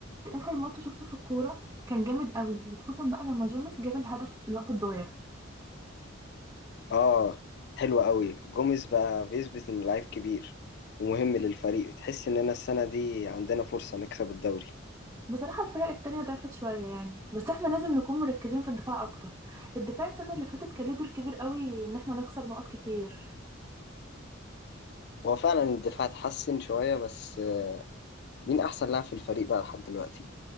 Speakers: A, on the right (about 20°); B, on the left (about 55°).
A: اخر ماتش شفته في الكوره كان جامد قوي وخصوصا بقى لما جوميز جاب الهدف في الوقت الضايع
B: اه حلوة قوي جوميز بقى بيثبت انه لعيب كبير ومهم للفريق تحس اننا السنة دي عندنا فرصة نكسب الدوري
A: بصراحه الفرق التانية ضعفت شويه يعني بس احنا لازم نكون مركزين في الدفاع اكتر الدفاع السنه اللي فاتت كان ليه دور كبير قوي ان احنا نخسر نقط كتير
B: هو فعلا الدفاع اتحسن شوية بس آه، مين احسن لاعب في الفريق بقى لحد دلوقتي